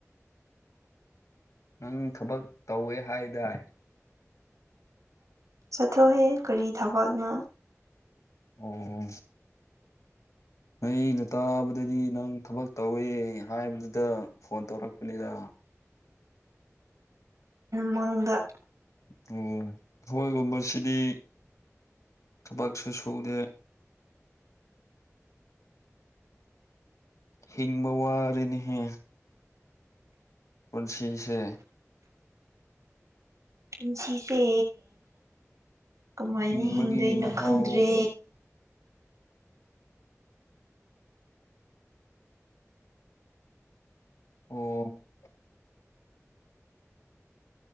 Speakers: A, on the left; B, on the right.
A: ꯅꯪ ꯊꯕꯛ ꯇꯧꯋꯦ ꯍꯥꯏꯗꯥꯏ
B: ꯆꯠꯊꯣꯍꯦ ꯀꯔꯤ ꯊꯕꯛꯅꯣ
A: ꯑꯣ ꯑꯩꯅ ꯇꯥꯕꯗꯗꯤ ꯅꯪ ꯊꯕꯛ ꯇꯧꯋꯦ ꯍꯥꯏꯕꯗꯨꯗ ꯐꯣꯟ ꯇꯧꯔꯛꯄꯅꯤꯗ
B: ꯃꯒ
A: ꯑꯣ ꯑꯈꯣꯏꯒꯨꯝꯕꯁꯤꯗꯤ ꯊꯕꯛꯁꯨ ꯁꯨꯗꯦ ꯍꯤꯡꯕ ꯋꯥꯔꯦꯅꯦꯍꯦ ꯄꯨꯟꯁꯤꯁꯦ
B: ꯄꯨꯟꯁꯤꯁꯦ ꯀꯃꯥꯏꯅ
A: ꯍꯤꯡꯕꯒꯤ
B: ꯍꯤꯡꯗꯣꯏꯅꯣ
A: ꯃꯍꯥꯎ
B: ꯈꯪꯗ꯭ꯔꯦ
A: ꯑꯣ